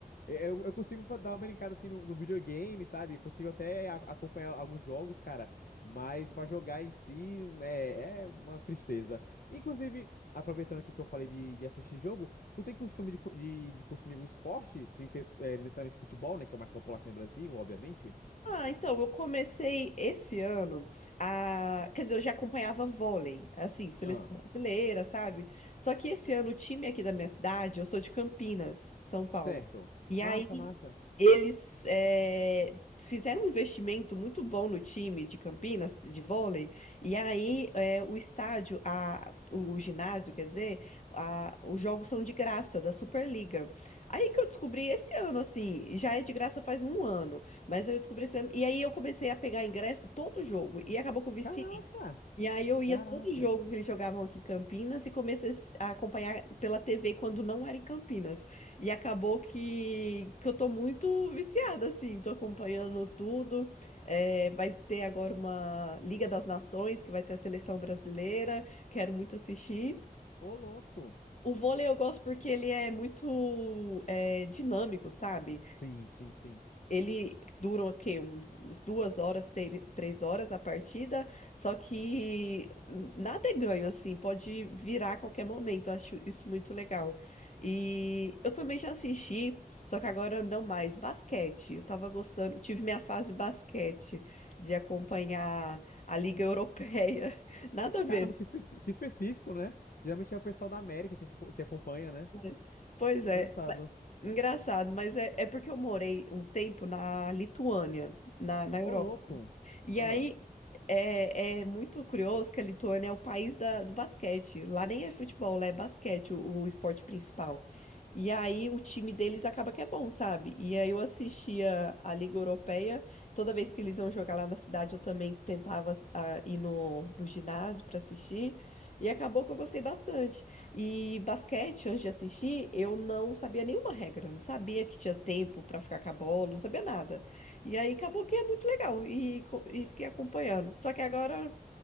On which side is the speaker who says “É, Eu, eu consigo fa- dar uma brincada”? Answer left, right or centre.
Left